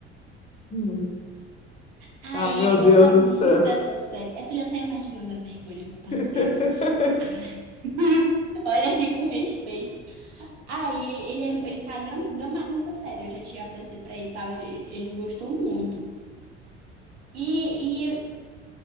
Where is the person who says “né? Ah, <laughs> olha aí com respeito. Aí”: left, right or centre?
Right